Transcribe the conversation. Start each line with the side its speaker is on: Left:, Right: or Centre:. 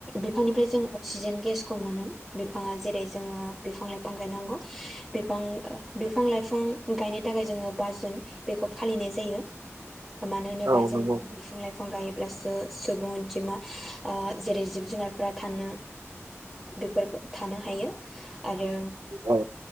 Centre: बिफांनिफ्राय जों अक्सिजेन गेसखौ मोनो। बिफाङा जेरै जोङो बिफां लाइफां गायनांगौ बिफां बिफां लाइफां गायनो थाखाय जोङो बा जुन बेखौ फालिनाय जायो। मानो होनोबा
Right: औ
Centre: जोङो
Right: नंगौ
Centre: बिफां लाइफां गायोब्लासो सुबुं अनजिमा जेरै जिब जुनारफोरा थानो बेफोर थानो हायो। आरो
Right: औ